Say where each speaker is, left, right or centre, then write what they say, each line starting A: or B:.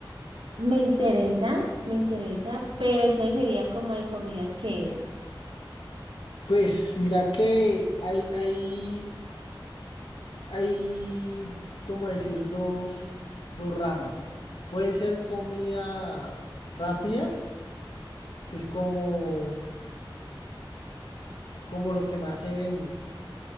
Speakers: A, on the right; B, on the left.
A: Me interesa, me interesa, pero entonces sería como de comidas que...
B: Pues mira que hay, hay, hay, como decir, dos, dos ramas. Puede ser comida rápida que es como, como lo que más se vende,